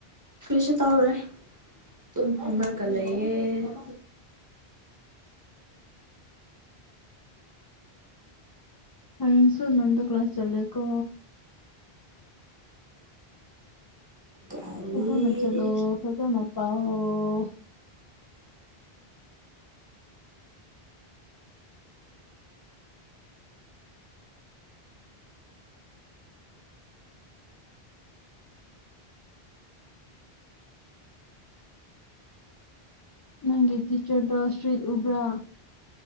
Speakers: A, on the right; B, on the left.
A: ꯐꯁꯨ ꯇꯧꯔꯦ ꯇꯨꯝ ꯐꯝꯃꯒ ꯂꯩꯌꯦ <inaudible>
B: ꯍꯌꯦꯡꯁꯨ ꯅꯪꯗ ꯀ꯭ꯂꯥꯁ ꯆꯠꯜꯂꯦꯀꯣ
A: ꯀꯔꯤ
B: ꯐꯖꯅ ꯆꯠꯂꯣ ꯐꯖꯅ ꯄꯥꯎꯑꯣ ꯅꯪꯒꯤ ꯇꯤꯆꯔꯗꯣ ꯁꯇ꯭ꯔꯤꯛ ꯎꯕ꯭ꯔꯥ